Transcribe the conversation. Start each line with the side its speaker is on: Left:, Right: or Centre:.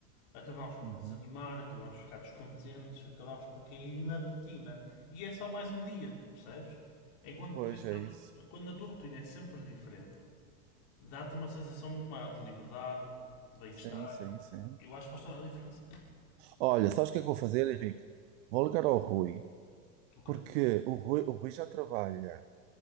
Left: acabamos por
Right: uhum.
Left: desanimar, acabamos por ficar descontentes, acabamos por cair na rotina. E é só mais um dia, percebes? Enquanto
Right: Pois
Left: podia ser,
Right: é isso.
Left: quando a tua rotina é sempre diferente, dá-te uma sensação muito maior de liberdade, de bem-estar.
Right: Sim, sim, sim.
Left: Eu acho que faz toda a diferença.
Right: Olha, sabes o que é que eu vou fazer, Henrique? Vou ligar ao Rui,
Left: Ok.
Right: porque o Rui, o Rui já trabalha